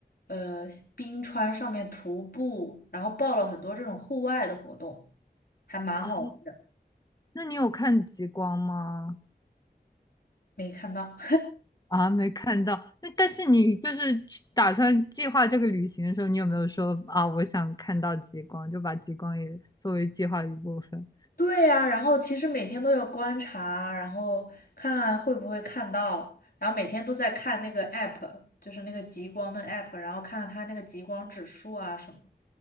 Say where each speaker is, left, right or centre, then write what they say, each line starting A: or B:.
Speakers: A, on the left; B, on the left.
A: 呃冰川上面徒步，然后报了很多这种户外的活动，还蛮好玩的，
B: 哦，那你有看极光吗？
A: 没看到。
B: 啊，没看到。那但是你就是去打算计划这个旅行的时候，你有没有说啊，我想看到极光，就把极光也作为计划的一部分？
A: 对呀，然后其实每天都有观察，然后看看会不会看到，然后每天都在看那个 app，就是那个极光的 app，然后看看它那个极光指数啊什么的。